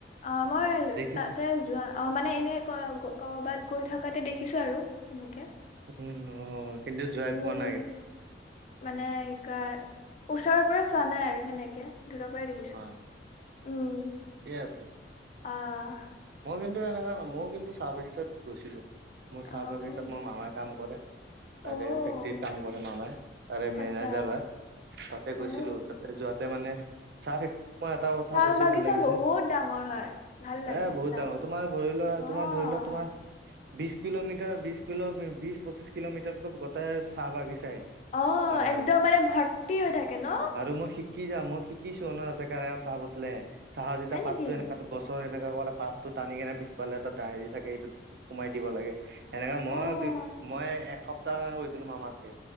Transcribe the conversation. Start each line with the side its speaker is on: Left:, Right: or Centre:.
Left: অ মই
Right: দেখিছা
Left: তাতে যোৱা অ মানে এনে ক'ৰবাত গৈ থকাতে দেখিছো আৰু সেনেকে।
Right: উম অ কিন্তু যায়
Left: উম
Right: পোৱা নাই।
Left: মানে কি কয় ওচৰৰ পৰা চোৱা নাই আৰু সেনেকে দূৰ পৰাই দেখিছো
Right: হয়
Left: উম
Right: ঠিকে আছে
Left: আহ।
Right: মই কিন্তু এনেকুৱা নহয় মই কিন্তু চাহ বাগিচাত গৈছিলোঁ, মোৰ চাহ
Left: আহ
Right: বাগিচাত
Left: হয় নেকি
Right: মোৰ মামাই কাম কৰে।
Left: অ'
Right: তাৰে ফেক্টৰিত কাম কৰে মামাই তাৰে
Left: আচ্ছা
Right: মেনেজাৰ হয়। তাতে
Left: অ'
Right: গৈছিলোঁ তাতে যাওঁতে মানে, চাহ ফে মই এটা কথা
Left: চাহ
Right: বেছি
Left: বাগিচা
Right: ভাল লাগিছে
Left: বহুত ডাঙৰ হয় ভাল লাগে
Right: এ বহুত
Left: চাহ
Right: ডাঙৰ, তোমাৰ ধৰি লোৱা
Left: অ',
Right: তোমাৰ ধৰি লোৱা তোমাৰ বিশ কিলোমিটাৰ, বিশ কিলো বিশ পঁচিশ কিলোমিটাৰতো গোটেই চাহ বাগিচাই।
Left: অ
Right: মই দেখা
Left: একদম
Right: পাইছো
Left: মানে ভৰ্তি হৈ থাকে ন।
Right: আৰু মই শিক্ষ শিকি যাম মই শিকিছো অ ন এতে কেনেকে চাহ পাত বতলে, চাহৰ যেতিয়া
Left: হয়
Right: পাতটো
Left: নেকি
Right: এ গছৰ এনে পাতটো টানি কেনে পিছফালে এটা দাহ হেৰি থাকে সেইটোত সোমাই দিব লাগে। এনেকা
Left: অ',
Right: মই দু মই এসপ্তাহ কাৰণে গৈছিলো মামা তাতে।